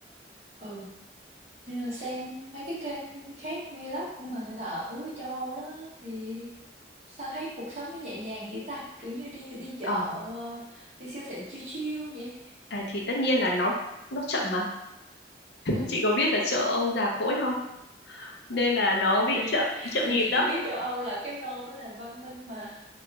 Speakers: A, on the right; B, on the left.
A: ừ Nhờ xem mấy cái kênh khác vlog của mà người ta ở châu Âu đó thì sao thấy cuộc sống nó nhẹ nhàng vậy ta kiểu như đi đi chợ
B: Ờ,
A: ờ, đi siêu thị chill chill vậy
B: à, thì tất nhiên là nó nó chậm mà
A: ừ
B: Chị có biết là châu Âu già cỗi không? Nên là nó bị
A: thì
B: chậm chậm
A: thì
B: nhịp
A: chị
B: đó.
A: chỉ biết châu Âu là cái nôi của nền văn minh mà